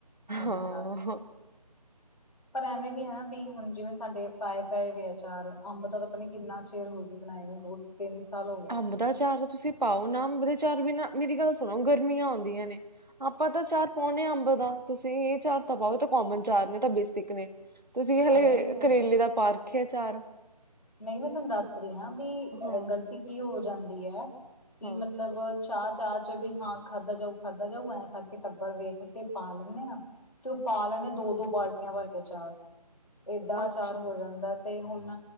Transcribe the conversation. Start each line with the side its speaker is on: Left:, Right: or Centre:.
Right: ਹਾਂ
Left: ਮਜ਼ੇ ਨਾਲ।
Right: <inaudible>
Left: ਪਰ ਐਵੇਂ ਵੀ ਹੈਂ। ਵੀ ਹੁਣ ਜਿਵੇਂ ਸਾਡੇ ਪਾਏਂ ਪਏ ਵੀ ਅਚਾਰ ਅੰਬ ਦਾ ਤੇ ਪਤਾ ਨੀਂ ਕ ਕਿੰਨਾ ਚਿਰ ਹੋ ਗਈ ਬਣਾਏ ਨੂੰ ਦੋ ਤਿੰਨ ਸਾਲ ਹੋ ਗਏ।
Right: ਅੰਬ
Left: ਆ।
Right: ਦਾ ਅਚਾਰ ਤਾਂ ਤੁਸੀਂ ਪਾਓ ਨਾ। ਅੰਬ ਦੇ ਅਚਾਰ ਬਿਨਾਂ ਮੇਰੀ ਗੱਲ਼ ਸੁਣੋਂ ਗਰਮੀਆਂ ਆਂਉਦੀਆਂ ਨੇਂ। ਆਪਾਂ ਤਾਂ ਚਾਰ ਪਾਉਣੇ ਹਾਂ ਅੰਬ ਦਾ। ਤੁਸੀਂ ਇਹ ਚਾਰ ਤਾਂ ਪਾਓ ਤਾਂ ਕੋਮਨ ਚਾਰ ਨੇ ਤਾਂ ਬੇਸਿਕ ਨੇ। ਤੁਸੀਂ ਹਲੇ
Left: ਅਰੇ
Right: ਕਰੇਲੇ ਦਾ ਪਾ ਰੱਖਿਆ ਅਚਾਰ।
Left: ਨਹੀਂ ਮੈਂ ਤੁਹਾਂਨੂੰ ਦੱਸ ਰਹੀਂ ਹਾਂ। ਬੀ
Right: ਹਾਂ
Left: ਗ਼ਲਤੀ ਕੀ ਹੋ ਜਾਂਦੀ ਹੈਂ। ਕਿ
Right: ਹਾਂ
Left: ਮੱਤਲਬ ਚਾ-ਚਾ ਚ ਵੀ ਹਾਂ, ਖਾਧਾ ਜਾਊ, ਖਾਧਾ ਜਾਊ ਐਂ ਕਰਕੇ ਟੱਬਰ ਵੇਖ ਕੇ ਪਾ ਲੈਂਨੇ ਆਂ ਤੇ ਉਹ ਪਾ ਲੈਣੇ ਦੋ-ਦੋ ਬਾਲਟੀਆਂ ਭਰ ਕੇ ਅਚਾਰ। ਏਡਾ ਅਚਾਰ
Right: ਅੱਛਾ
Left: ਹੋ ਜਾਂਦਾਂ ਤੇ ਹੁਣ।